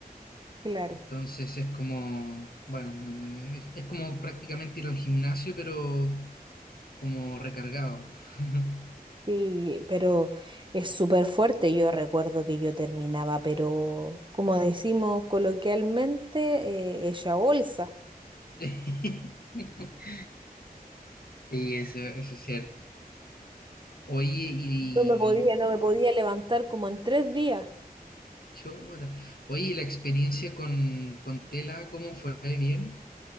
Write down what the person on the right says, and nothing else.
claro.
Sí, pero es súper fuerte. Yo recuerdo que yo terminaba, pero como decimos coloquialmente, eh, hecha bolsa.
No me podía, no me podía levantar como en tres días.